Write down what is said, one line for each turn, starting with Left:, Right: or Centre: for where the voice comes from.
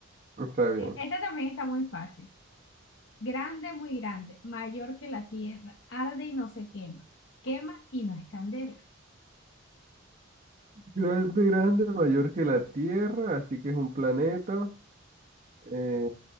Right: Está bien.
Left: E- Este también está muy fácil. Grande, muy grande, mayor que la tierra, arde y no se quema. Quema y no es candela.
Right: Grande, grande, mayor que la Tierra, así que es un planeta. Eh,